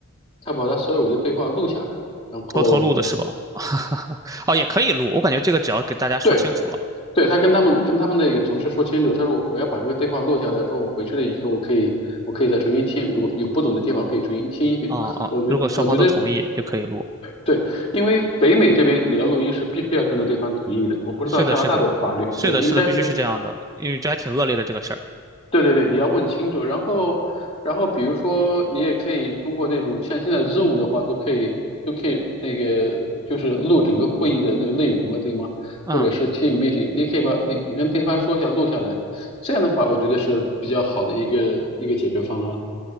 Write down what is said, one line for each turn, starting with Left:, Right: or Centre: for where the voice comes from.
Left: 他把他所有的对话录下来，然后
Right: 偷偷录的是吧？<laughs> 哦，也可以录，我感觉这个只要给大家说清楚了，
Left: 对对，他跟他们跟他们那个同事说清楚，他说我要把这个对话录下来，说我回去了以后我可以我可以再重新听，如果有不懂的地方可以重新听一遍。
Right: 哦哦，
Left: 我觉我觉得
Right: 如果双方都同意就可以录。
Left: 对，因为北美这边你要录音是必须要征得对方同意的，我不知道加拿大的法律，
Right: 是的，是的，是的，
Left: 对，应该是，
Right: 是的，必须是这样的，因为这还挺恶劣的这个事儿，
Left: 对对对，你要问清楚。然后，然后比如说你也可以通过那种像现在 Zoom 的话，都可以都可以那个就是录整个会议的那个内容嘛，对吗？
Right: 嗯。
Left: 或者是 Team meeting，你可以把你你跟对方说一下录下来，这样的话我觉得是比较好的一个一个解决方案。